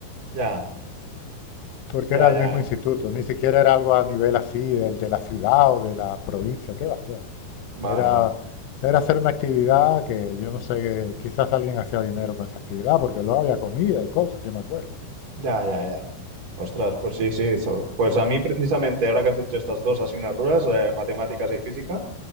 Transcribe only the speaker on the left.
porque
era el
mismo instituto, ni siquiera era algo a nivel así del de la ciudad o de la provincia, qué va, qué va.
Era,
era hacer una actividad que yo no sé, quizás alguien hacía dinero con esa actividad, porque luego había comida y cosas, yo me acuerdo.